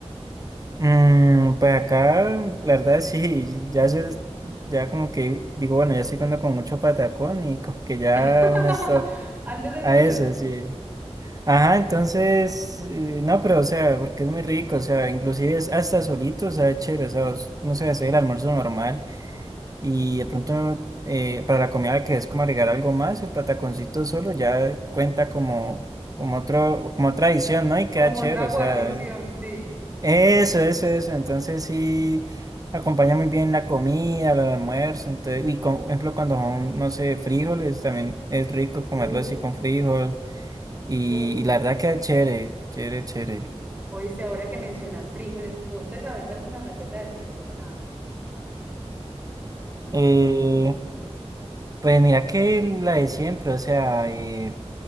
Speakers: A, on the right; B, on the right.
A: Mm, pues acá, la verdad sí, ya se, ya como que digo, bueno, ya estoy comiendo como mucho patacón y como que ya
B: <laughs>
A: una stop
B: Antes es
A: A
B: mucho,
A: eso, sí. Ajá, entonces, eh, no, pero o sea, porque es muy rico, o sea, inclusive es hasta solito, o sea, es chévere, o sea, os- no sé, hacer el almuerzo normal y de pronto eh, para la comida que es como agregar algo más, el pataconcito solo ya cuenta como, como otro, como otra adición, ¿no? Y queda
B: como
A: chévere,
B: otra
A: o
B: guarnición,
A: sea,
B: sí.
A: eso, eso, eso, entonces sí acompaña muy bien la comida, el almuerzo, entonces, y con- por ejemplo, cuando son, no sé, frijoles, también es rico comerlo
B: Uf,
A: así con frijol. Y,
B: uf.
A: y la verdad que chévere, chévere, chévere.
B: Oíste, ahora que mencionas frijoles, ¿vos te sabes alguna receta de frijoles o nada?
A: Eh, pues mira que la de siempre, o sea, eh,